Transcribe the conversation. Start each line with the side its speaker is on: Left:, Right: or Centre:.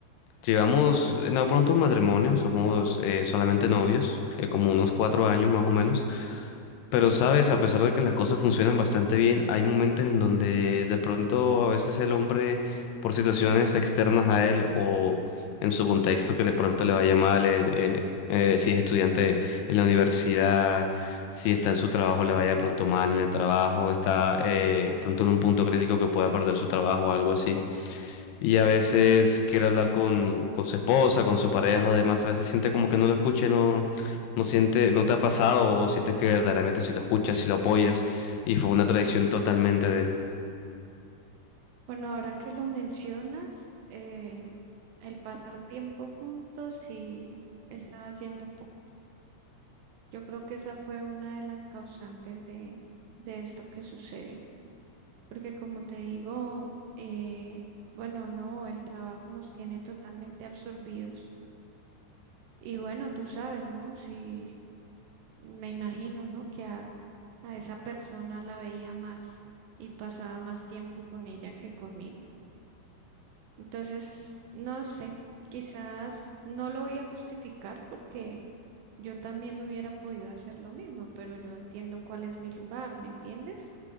Left: llevamos, eh, no pronto un matrimonio, somos eh, solamente novios, eh, como unos cuatro años más o menos. Pero sabes, a pesar de que las cosas funcionan bastante bien, hay momentos en donde de pronto a veces el hombre, por situaciones externas a él o en su contexto que de pronto le vaya mal, eh, eh, eh, si es estudiante en la universidad, si está en su trabajo, le vaya de pronto mal en el trabajo, está eh, pronto en un punto crítico que pueda perder su trabajo o algo así. Y a veces quiere hablar con, con su esposa, con su pareja o demás. A veces siente como que no lo escuche, no, no siente, no te ha pasado o sientes que verdaderamente si lo escuchas, si lo apoyas. Y fue una tradición totalmente de él.
Right: Bueno, ahora que lo mencionas, eh, el pasar tiempo juntos sí estaba haciendo poco. Yo creo que esa fue una de las causantes de, de esto que sucedió. Porque como te digo, eh, bueno, no, el trabajo nos tiene totalmente absorbidos. Y bueno, tú sabes, ¿no? Si me imagino, ¿no? Que a, a esa persona la veía más y pasaba más tiempo con ella que conmigo. Entonces, no sé, quizás no lo voy a justificar porque yo también hubiera podido hacer lo mismo, pero yo entiendo cuál es mi lugar, ¿me entiendes?